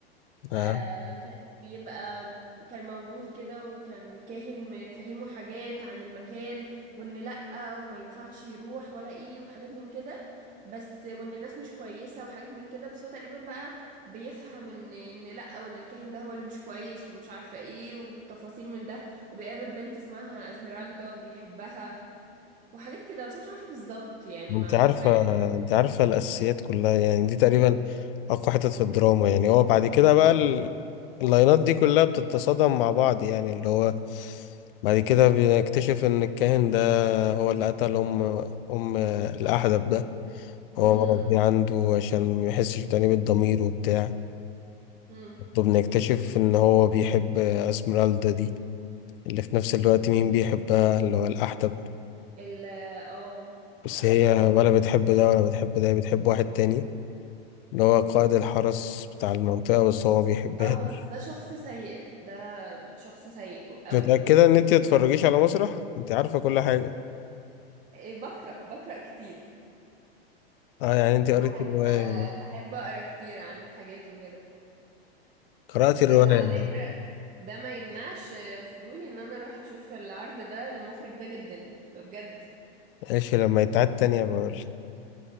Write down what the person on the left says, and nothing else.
آه.
انت
عارفة
انت عارفة الأساسيات كلها يعني دي تقريبا أقوى حتت في الدراما يعني هو بعد كده بقى ال- اللاينات دي كلها بتتصادم مع بعض يعني اللي هو بعد كده بنكتشف إن الكاهن ده هو اللي قتل أم أم الأحدب ده هو
مربيه عنده عشان ميحسش بتأنيب الضمير وبتاع
وبنكتشف إن هو بيحب أسمرالدا دي اللي في نفس الوقت مين بيحبها اللي هو الأحدب
بس
هي
ولا بتحب ده ولا بتحب ده بتحب واحد تاني اللي هو قائد الحرس بتاع المنطقة بس هو بيحبها
دي
متأكدة إن أنت متتفرجيش على مسرح؟ أنت عارفة كل حاجة
أه يعني أنت قريت
الرواية
قرأت الرواية
ماشي لما يتعاد تانية بقول